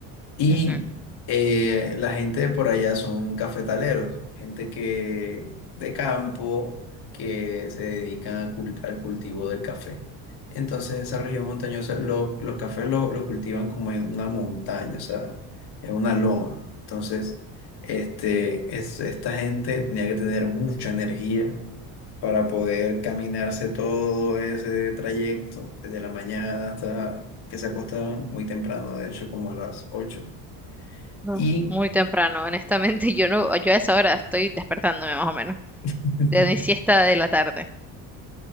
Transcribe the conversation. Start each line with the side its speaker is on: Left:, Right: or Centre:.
Left: Y
Centre: Ujú.
Left: eh, la gente de por allá son cafetaleros, gente que de campo que se dedican a cul- al cultivo del café. Entonces, esa región montañosa, lo- los cafés lo, lo cultivan como en una montaña, o sea, en una loma. Entonces, este, es- esta gente tenía que tener mucha energía para poder caminarse todo ese trayecto, desde la mañana hasta que se acostaban muy temprano, de hecho, como a las 8
Centre: No,
Left: y
Centre: Muy temprano, honestamente, <laughs> yo no, yo a esa hora estoy despertándome más o menos
Left: <laughs>
Centre: de mi siesta de la tarde.